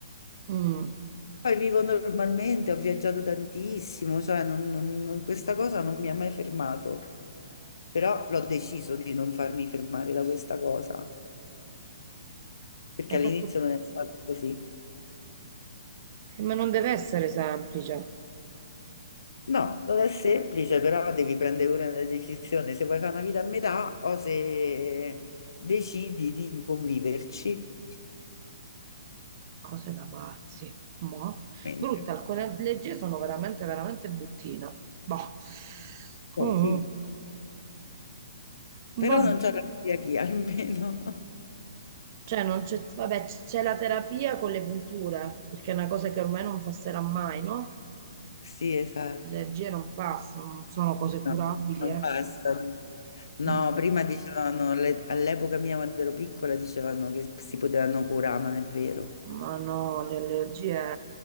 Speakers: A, on the right; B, on the left.
A: Mm,
B: Poi vivo normalmente, ho viaggiato tantissimo, cioè non- non- non- questa cosa non mi ha mai fermato, però l'ho deciso di non farmi fermare da questa cosa, perché
A: hai
B: all'inizio
A: fatto...
B: non è stato così.
A: eh, ma non deve essere semplice,
B: No, non è semplice, però devi prendere pure una decisione se vuoi fare una vita a metà o se decidi di conviverci.
A: cose da pazzi, ma
B: Quindi,
A: brutte, alcune leggi sono veramente, veramente bruttine, bah, comunque,
B: eh sì,
A: vabbè,
B: però non c'è la celiachia almeno. <laughs>
A: cioè, non c'è vabbè, c- c'è la terapia con le punture, perché è una cosa che ormai non passerà mai, no?
B: Sì, esatto.
A: Allergie non passano, non sono cose
B: No,
A: curabili,
B: non
A: ecco.
B: passano. No,
A: Mm,
B: prima dicevano, alle- all'epoca mia quando ero piccola dicevano che si potevano curare, ma non è vero.
A: Ma no, le allergie